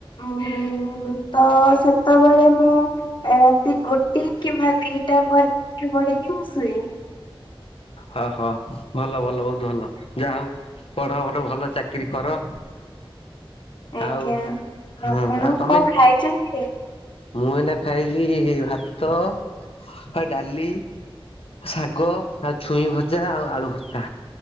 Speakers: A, on the left; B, on the left.
A: ଉଁ ତ ସେତବେଳେ ମୁଁ ରାତି ଗୋଟିଏ କିମ୍ବା ଦିଟା ପରେ ପାଠ ପଢିକି ମୁ ଶୁଏ।
B: ହ ହ ଭଲ ଭଲ ବହୁତ ଭଲ ଯାହା ହଉ। ପଢ ଭଲ ଭଲ ଚାକିରୀ କର।
A: ଆଜ୍ଞା
B: ଆଉ ହଁ
A: ଆପଣ
B: ଆଉ ତମେ
A: କଣ ଖାଇଚନ୍ତି।
B: ମୁଁ ଏନା ଖାଇଲି ଭାତ ଆ ଡାଲି। ଶାଗ ଆଉ ଛୁଇଁ ଭଜା ଆଉ ଆଳୁ ଭର୍ତ୍ତା।